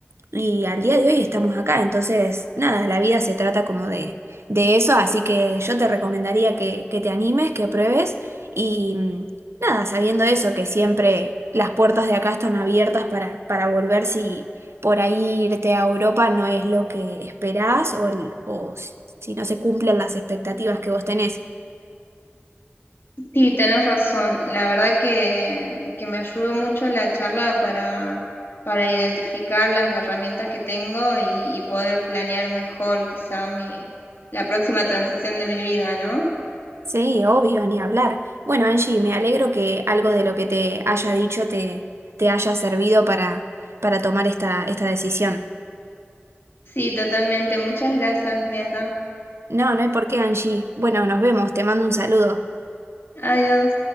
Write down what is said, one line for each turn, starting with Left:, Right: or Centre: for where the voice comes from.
Right: y al día de hoy estamos acá. Entonces, nada, la vida se trata como de, de eso, así que yo te recomendaría que, que te animes, que pruebes, y mm, nada, sabiendo eso, que siempre las puertas de acá están abiertas para, para volver si... Por ahí irte a Europa no es lo que esperás o, el- o si si no se cumplen las expectativas que vos tenés.
Left: Sí, tenés razón. La verdad que, que me ayudó mucho la charla para, para identificar las herramientas que tengo y, y poder planear mejor quizá mi, la próxima transición de mi vida, ¿no?
Right: Sí, obvio, ni hablar. Bueno, Angie, me alegro que algo de lo que te haya dicho te, te haya servido para, para tomar esta, esta decisión.
Left: Sí, totalmente. Muchas gracias, Bianca.
Right: No, no hay por qué, Angie. Bueno, nos vemos, te mando un saludo.
Left: Adiós.